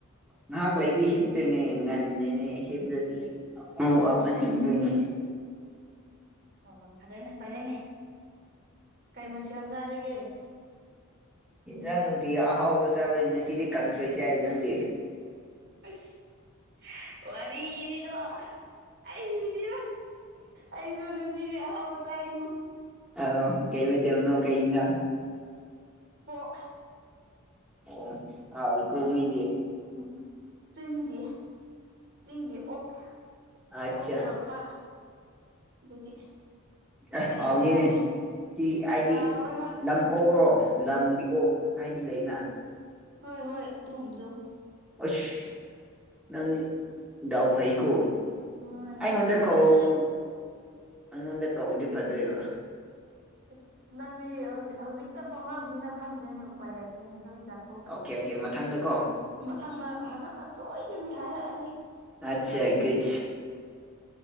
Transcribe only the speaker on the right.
ꯍ ꯍꯣ ꯐꯔꯦꯅꯦ ꯐꯔꯦꯅꯦ ꯀꯩ ꯃꯊꯦꯜ ꯆꯥꯔꯒꯦ
ꯑꯁ ꯋꯥꯔꯤꯗꯤꯀꫭ ꯑꯩꯗꯤ ꯑꯩꯁꯨ ꯉꯁꯤꯗꯤ ꯑꯍꯥꯎꯕ ꯆꯥꯏꯉꫭ
ꯄꯣꯛ
ꯎꯝ ꯆꯤꯡꯒꯤ ꯆꯤꯡꯒꯤ ꯑꯣꯛ
ꯑꯣꯛ ꯄꯨꯔꯛ ꯄꯥ ꯑꯗꯨꯒꯤ
ꯂꯩ
ꯆꯥꯔꯦ
ꯍꯥꯎꯋꯦ ꯍꯣꯏ
ꯍꯣꯏ ꯍꯣꯏ ꯑꯗꯨꯒꯨꯝꯕꯗꯣ
ꯍꯣꯏ
ꯉꯁꯤ ꯈꯛꯇꯅꯦ
ꯑꯩꯅ
ꯑꯁ ꯅꯪꯗꯤ ꯍꯧꯖꯤꯛ ꯍꯧꯖꯤꯛꯇ ꯐꯥꯎꯅꯕꯅꯤꯅ ꯈꯪꯗ꯭ꯔꯦꯅꯦ ꯎꯄꯥꯏ ꯂꯩꯇ꯭ꯔꯦꯅꯦ ꯂꯣꯏ ꯆꯥ ꯊꯣꯛꯈ꯭ꯔꯦꯅꯦ
ꯃꯊꯪꯗ ꯃꯊꯪꯗ ꯁꯣꯏꯗꯕꯤ ꯍꯥꯏꯔꯛꯑꯒꯦ